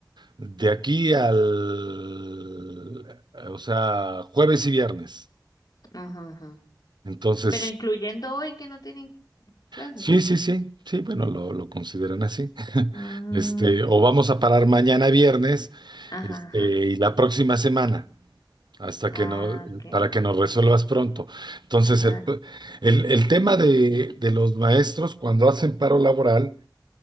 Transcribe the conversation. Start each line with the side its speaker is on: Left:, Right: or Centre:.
Right: de aquí al, o sea, jueves y viernes.
Left: ajá, ajá.
Right: Entonces,
Left: Pero incluyendo hoy que no tienen clases.
Right: sí, sí, sí, sí, bueno, lo, lo consideran así. <laughs>
Left: Mm,
Right: Este, o vamos a parar mañana viernes,
Left: ajá,
Right: este,
Left: ajá.
Right: y la próxima semana. Hasta
Left: Ah,
Right: que no,
Left: ok,
Right: para que nos resuelvas pronto. Entonces,
Left: claro.
Right: el, el- el tema de, de los maestros cuando hacen paro laboral